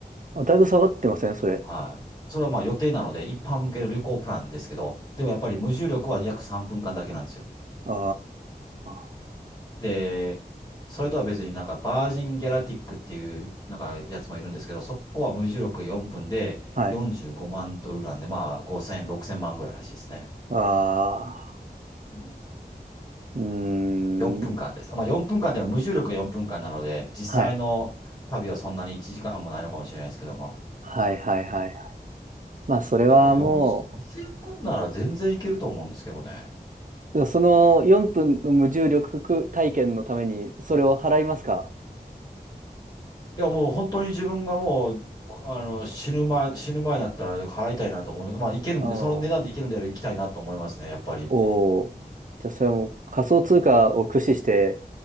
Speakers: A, on the right; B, on the left.
A: あ、だいぶ下がってません、それ。
B: はい。それはまあ予定なので、一般向けの旅行プランですけど、でもやっぱり無重力は約3分間だけなんですよ。
A: ああ。
B: で、それとは別になんかバージンギャラティックっていうなんかやつもいるんですけど、そこは無重力4分で45万ドルなんで、
A: はい。
B: まあ5千0 0 6 0万ぐらいらしいですね。
A: ああ、
B: うん、
A: うーん。
B: 4分間です。あまあ4分間っていうのは無重力が4分間なので、実際の旅はそんなに1時間もないのかもしれないですけども。
A: はい。はいはいはいはい。まあ、それはも
B: でも4、2000万なら全然いけると思うんですけどね。
A: う、その4分の無重力体験のために、それを払いますか
B: いや、もう本当に自分がもう、あの、死ぬ前、死ぬ前になったら払いたいなと思います。まあ、いけるんで、
A: ああ、
B: その値段でいけるんであれば行きたいなと思いますね、
A: お
B: やっぱり。
A: おじゃあ、それはもう仮想通貨を駆使して、